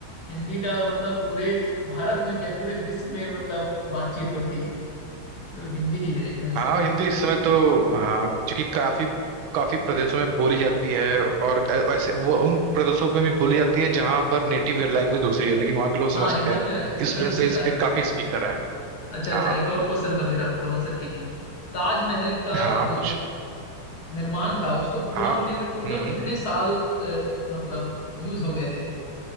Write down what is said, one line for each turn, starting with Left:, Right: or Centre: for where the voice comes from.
Left: हिंदी का मतलब पूरे भारत में क्या पूरे विश्व में मतलब बातचीत हो रही है तो हिंदी ही है एकदम सही
Right: हाँ
Left: बात
Right: हिंदी
Left: है
Right: इस समय तो हाँ क्योंकि काफी काफी प्रदेशों में बोली जाती है और ऐ- वैसे वो उन प्रदेशों में भी बोली जाती है जहाँ पर नेटिव लैंग्वेज दूसरी है लेकिन वहाँ के लोग समझते
Left: हाँ एकदम
Right: हैं
Left: एकदम
Right: इस वजह
Left: इसी
Right: से इसके
Left: कारण
Right: काफी
Left: से
Right: स्पीकर हैं
Left: अच्छा अच्छा
Right: हाँ
Left: एक और क्वेश्चन का मेरा मतलब आंसर कीजिए ताजमहल का
Right: हाँ
Left: जो
Right: कुछ
Left: निर्माण था उसको पूरा
Right: हाँ
Left: होने में टोटल
Right: हम्म
Left: कितने साल अ, मतलब यूज हो गए थे